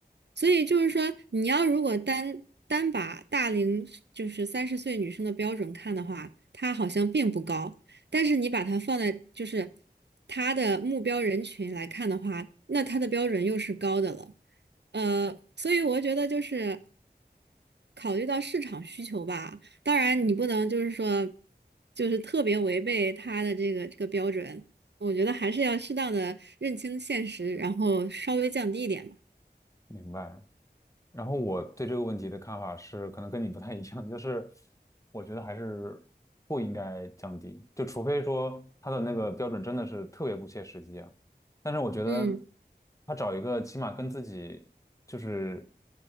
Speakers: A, on the right; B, on the left.
A: 所以就是说，你要如果单单把大龄就是三十岁女生的标准看的话，他好像并不高，但是你把它放在就是他的目标人群来看的话，那他的标准又是高的了。呃，所以我觉得就是考虑到市场需求吧，当然，你不能就是说，就是特别违背他的这个这个标准。我觉得还是要适当的认清现实，然后稍微降低一点吧。
B: 明白。然后我对这个问题的看法是，可能跟你不太一样，就是我觉得还是不应该降低，就除非说他的那个标准真的是特别不切实际啊。但是我觉得
A: 嗯
B: 他找一个起码跟自己就是